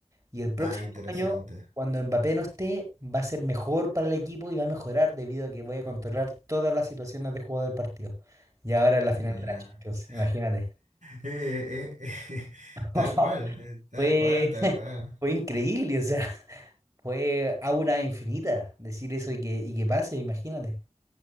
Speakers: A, on the right (about 30°); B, on the right (about 80°).
A: Y el próximo
B: ah, interesante.
A: año, cuando Mbappé no esté, va a ser mejor para el equipo y va a mejorar, debido a que voy a controlar todas las situaciones de juego del partido. Y ahora en la
B: Mira.
A: final de la Champions,
B: <laughs>
A: imagínate.
B: Eh, eh, eh, <laughs>
A: <laughs>
B: tal cual, eh, tal
A: Fue,
B: cual, tal
A: <laughs>
B: cual.
A: fue increíble, o sea, <laughs> fue aura infinita decir eso y que, y que pase, imagínate.